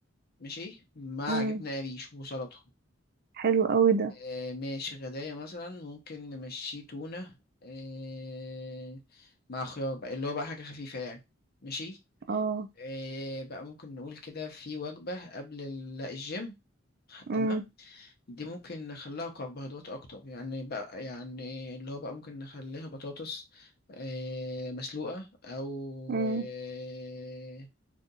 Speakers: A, on the left; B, on the right.
A: ماشي مع
B: امم
A: جبنه قريش وسلطه
B: حلو قوي ده
A: إيه، ماشي غدايا مثلا ممكن نمشيه تونه إيه، مع خيار بقى اللي هو بقى حاجه خفيفه يعني ماشي
B: اه
A: إيه، بقى ممكن نقول كده في وجبه قبل ال- الجيم
B: امم
A: تمام دي ممكن نخليها كربوهيدرات اكتر يعني بقى يعني اللي هو بقى ممكن نخليها بطاطس آه، مسلوقة او
B: امم
A: آه،